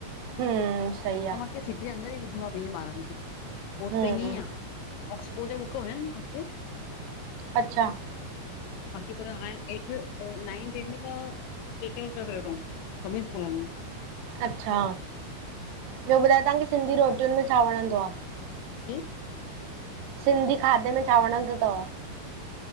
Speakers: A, on the right; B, on the left.
A: हम्म् सही आ।
B: सिटी जे अंदर ई विधो आ बिन्ही ॿारनि खे। पो उते
A: हम्म
B: ईअं ई आ। ऑक्सफोर्ड जा बुक हुयनि हुते?
A: अच्छा।
B: बाक़ी पर हाणे एड़थ, और नाइंथ टेन्थ में त <inaudible> करे छॾियो अथऊंं, सभी स्कूलनि में।
A: अच्छा, ॿियो ॿुधायो तव्हांखे सिंधी रोटियुनि में छा वणंदो आ?
B: जी
A: सिंधी खाधे में छा वणंदो अथव?